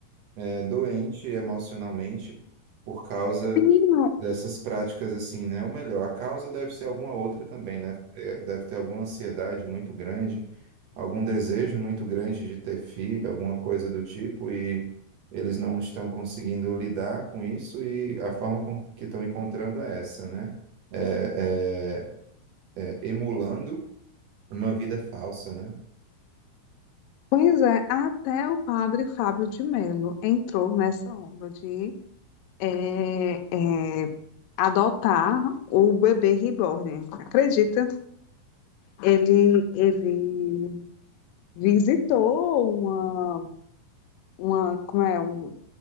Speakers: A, on the right; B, on the left.
A: é doente emocionalmente por causa
B: Menino,
A: dessas práticas assim, né? Ou melhor, a causa deve ser alguma outra também, né? É, Deve ter alguma ansiedade muito grande, algum desejo muito grande de ter filho, alguma coisa do tipo, e eles não estão conseguindo lidar com isso e a forma com que estão encontrando é essa, né? É, é, é, emulando uma vida falsa, né?
B: pois é, até o padre Fábio de Mello entrou nessa onda de é, é, adotar o bebê reborn. Acredita? Ele, ele visitou uma, uma, como é, um-